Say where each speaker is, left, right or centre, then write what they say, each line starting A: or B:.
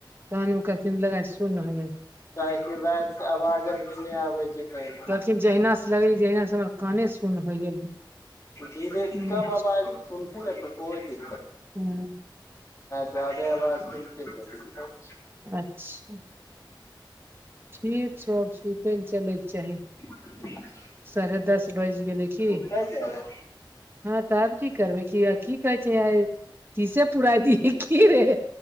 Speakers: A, on the right; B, on the left.
A: कान उ कथि लगा सुन हे।
B: काहे के रैत से आवाज आर भी नै आबे छै कहि।
A: जहिना से लगेलि, जहिना स हमर। काने सुन होइ। गेल
B: धीरे
A: ह
B: कम आबाज मे सुन। <unintelligible> ओहे
A: ह
B: जादाे आवाज केलखिन तऽ दिक्कत छै।
A: अच्छा। ठीक छै आब सुतय लऽ चलैके चाही।
B: <unintelligible>
A: सारे दस बैज गेलै की।
B: सुतै किया ने
A: ह तऽ आब की करबै किया की कहै छै आय। तीसे पुराय दीही कि रे।